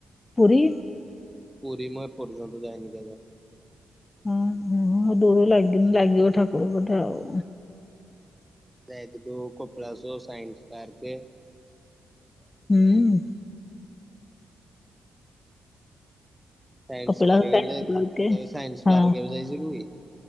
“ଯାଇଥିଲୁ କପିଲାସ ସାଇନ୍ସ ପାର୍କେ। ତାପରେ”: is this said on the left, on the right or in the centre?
Centre